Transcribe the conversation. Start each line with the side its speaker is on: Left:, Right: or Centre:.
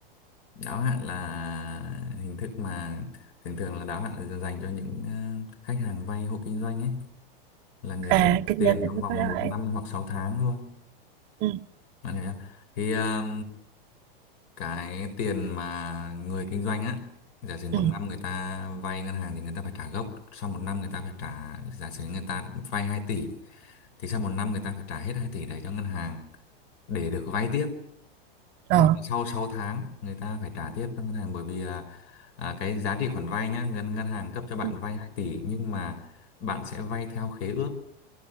Left: đáo hạn là hình thức mà thường thường là đáo hạn là dành cho những ờ, khách hàng vay hộ kinh doanh ấy là người ta
Right: à kinh
Left: tiền
Right: doanh thì
Left: trong
Right: mới
Left: vòng
Right: có đáo
Left: một
Right: hạn
Left: năm hoặc 6 tháng thôi
Right: ừ.
Left: bạn hiểu chưa? thì ờ, cái tiền mà người kinh doanh á giả sử một
Right: Ừ.
Left: năm người ta vay ngân hàng thì người ta phải trả gốc sau một năm người ta phải trả giả sử người ta vay 2 tỷ thì sau một năm người ta phải trả hết 2 tỷ đấy cho ngân hàng để được vay tiếp
Right: ờ
Left: hoặc là sau 6 tháng người ta phải trả tiếp cho ngân hàng bởi vì là à, cái giá trị khoản vay nhá ngân ngân hàng cấp cho bạn
Right: ừ.
Left: vay 2 tỷ nhưng mà bạn sẽ vay theo khế ước